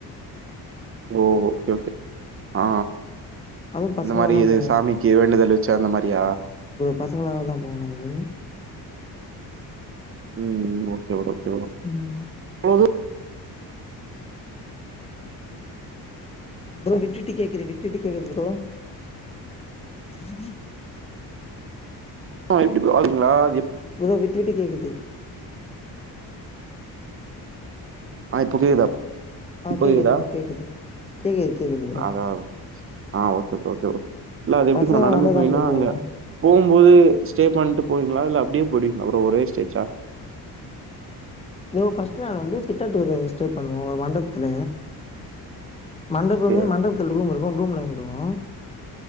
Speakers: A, on the right; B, on the left.
A: ஓ ஓகே ஓகே ஆ
B: அதுவும் பசங்களா
A: இந்த மாரி
B: தான்
A: இது
B: போவோம்
A: சாமிக்கு வேண்டுதல் வெச்சு அந்த மாரியா
B: பசங்களாலதா போவோ நந்து
A: ம் ஓகே ரோ ஓகே
B: ம்
A: ஆஹ
B: ப்ரோ விட்டுட்டு கேக்குது விட்டுட்டு கேக்குது ப்ரோ சிர <unintelligible>
A: ஆஹ் எப்டி ப்ரோ நல்லாருக்கிங்களா
B: உ விட்டுவிட்டு கேக்குது
A: ஆஹ் இப்போ கேக்குதா
B: ஆ
A: இப்போ
B: கேக்குது
A: கேக்குதா
B: ப்ரோ கேக்குது கேக்குது கேக்குது ப்ரோ
A: அத ஆஹ ஓகே ப்ரோ ஓகே ப்ரோ இல்ல அது எப்படி
B: பசங்க
A: ப்ரோ நடந்து
B: நடந்துதா
A: போனிங்னா
B: ப்ரோ போவோ
A: அங்க போகும்போது ஸ்டே பண்ணிட்டு போவீங்களா இல்ல அப்படியே போயிடுவிங்களா அப்புறம் ஒரே ஸ்டேஜா
B: இ பர்ஸ்ட் நாள் வந்து பிச்சாடூரு ஸ்டே பண்ணுவோம் ஒரு மண்டபத்துல மண்டபமே
A: ஓகே,
B: மண்டபத்துல ரூம் இருக்கும் ரூம்லதங்கிடுவோம்